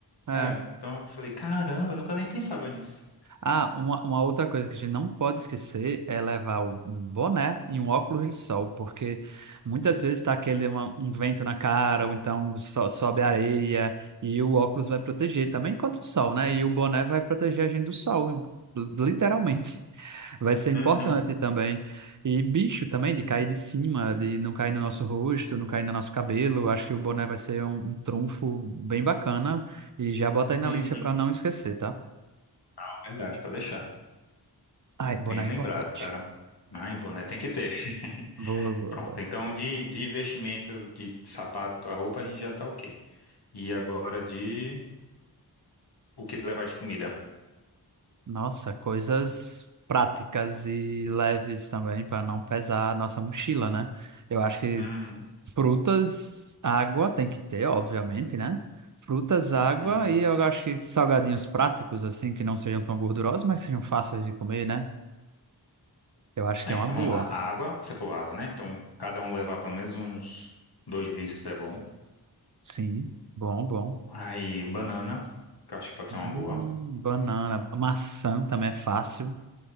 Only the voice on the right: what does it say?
É.
Ah, uma, uma outra coisa que a gente não pode esquecer é levar o- um boné e um óculos de sol, porque muitas vezes está aquele uma- um vento na cara, ou então so- sobe areia, e o óculos vai proteger também contra o sol, né? E o boné vai proteger a gente do sol, li- literalmente. <laughs> Vai ser importante
também. E bicho também, de cair de cima, de não cair no nosso rosto, não cair no nosso cabelo. Acho que o boné vai ser um, um trunfo bem bacana. E já bota aí na
lista para não esquecer, tá?
Ai, boné
é
importante.
Boa, boa,
boa.
Nossa, coisas práticas e leves também para não pesar a nossa mochila, né? Eu acho que
frutas, água tem que ter, obviamente, né? Frutas, água
e eu acho que salgadinhos práticos assim que não sejam tão gordurosos, mas sejam fáceis de comer, né? Eu acho que
é uma
boa.
Sim, bom, bom.
Hum,
banana, maçã também é fácil.